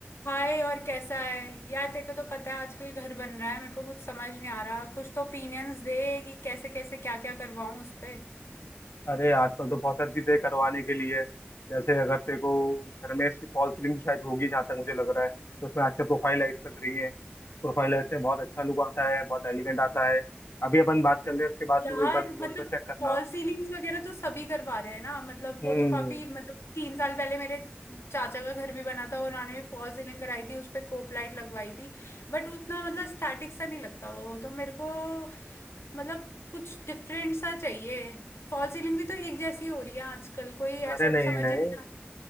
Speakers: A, on the left (about 90°); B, on the left (about 70°).
A: हाय और कैसा है यार तेरे को तो पता है आजकल घर बन रहा है मेरे को कुछ समझ नहीं आ रहा कुछ तो ओपिनियंस दे कि कैसे कैसे क्या क्या करवाऊं उस पे
B: अरे आजकल तो बहुत सारी चीजें करवाने के लिए है। जैसे अगर तेरे को घर में इसकी फॉल सीलिंग शायद होगी जहाँ तक मुझे लग रहा है तो उसमें आजकल प्रोफाइल लाइट्स लग रही हैं प्रोफाइल लाइट से बहुत अच्छा लुक आता है बहुत एलिगेंट आता है अभी अपन बात कर ले उसके बाद
A: यार
B: तू एक बार गूगल
A: मतलब
B: पे चेक करना
A: फॉल सीलिंग्स वगैरह तो सभी करवा रहे हैं ना मतलब
B: हम्म
A: वो तो काफी मतलब तीन साल पहले मेरे चाचा का घर भी बना था उन्होंने भी फॉल सीलिंग कराई थी उस पे कोप लाइट लगवाई थी बट उतना मतलब स्टैटिक सा नहीं लगता वो तो मेरे को मतलब कुछ डिफरेंट सा चाहिए फॉल सीलिंग भी तो एक जैसी हो रही है आजकल कोई
B: अरे
A: ऐसा
B: नहीं
A: समझ
B: नहीं
A: ही नहीं आ रहा